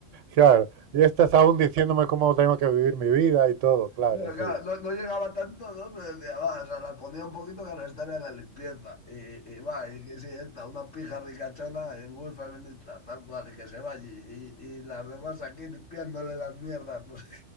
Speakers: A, on the right; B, on the left.
A: Claro, y estás aún diciéndome cómo tengo que vivir mi vida y todo, claro,
B: Claro,
A: sí.
B: claro, no, no llegaba tanto, ¿no? Pero decía, va, o sea, la ponía un poquito, claro, esta era la limpieza. Y, y va, y que sí, esta, una pija ricachona y muy feminista, tal cual, y que se va allí. Y, y las demás aquí limpiándole las mierdas, no sé.